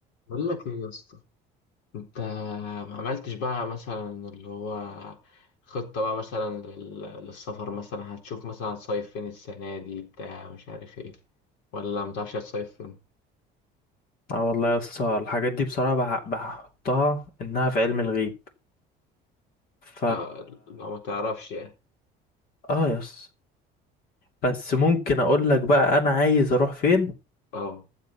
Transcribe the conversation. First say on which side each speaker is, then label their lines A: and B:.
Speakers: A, on the left; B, on the left.
A: بقول لك ايه يا اسطى انت ما عملتش بقى مثلا اللي هو خطة بقى مثلا لل- للسفر مثلا هتشوف مثلا هتصيف فين السنة دي بتاع مش عارف ايه ولا متعرفش هتصيف فين
B: اه والله يا اسطى الحاجات دي بصراحة بح- بحطها انها في علم الغيب ف
A: آه لو ما تعرفش يعني
B: اه يا اسطى بس ممكن اقول لك بقى انا عايز اروح فين
A: اه